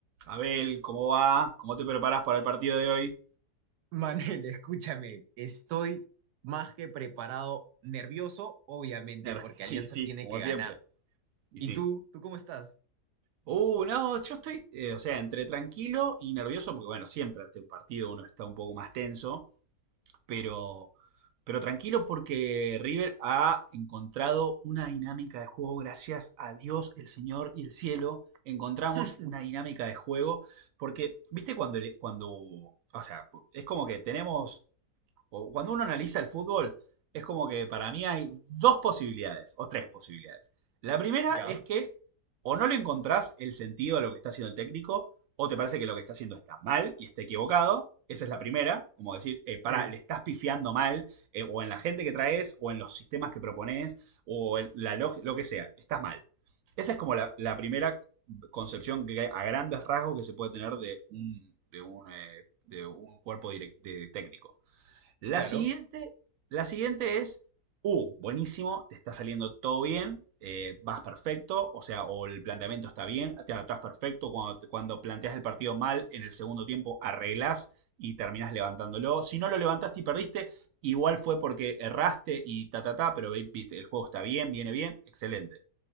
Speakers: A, on the right (about 65°); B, on the right (about 85°).
A: Abel, ¿cómo va? ¿Cómo te preparas para el partido de hoy?
B: Manuel, <laughs> escúchame, estoy más que preparado, nervioso, obviamente,
A: <laughs>
B: porque Alianza
A: Y sí,
B: tiene
A: como
B: que ganar.
A: siempre. Y
B: ¿Y
A: sí.
B: tú? ¿Tú cómo estás?
A: Uh, no, yo estoy, eh, o sea, entre tranquilo y nervioso, porque bueno, siempre ante un partido uno está un poco más tenso, pero, pero tranquilo porque River ha encontrado una dinámica de juego, gracias a Dios, el Señor y el cielo, encontramos
B: <laughs>
A: una dinámica de juego, porque, viste, cuando, le- cuando, o sea, es como que tenemos o cuando uno analiza el fútbol, es como que para mí hay dos posibilidades, o tres posibilidades. La primera
B: ¿Ya?
A: es que o no le encontrás el sentido a lo que está haciendo el técnico, o te parece que lo que está haciendo está mal y está equivocado. Esa es la primera, como decir, eh, para,
B: Sí,
A: le estás pifiando mal, eh, o en la gente que traes, o en los sistemas que propones, o en la lógica, lo que sea, estás mal. Esa es como la, la, primera concepción que a grandes rasgos que se puede tener de un, de un, eh, de un cuerpo direct- de técnico. La
B: claro.
A: siguiente, la siguiente es, uh, buenísimo, te está saliendo todo bien, eh, vas perfecto, o sea, o el planteamiento está bien, te adaptás perfecto, cuando, cuando planteas el partido mal, en el segundo tiempo arreglás y terminás levantándolo. Si no lo levantaste y perdiste, igual fue porque erraste y ta, ta, ta, pero viste, el juego está bien, viene bien, excelente.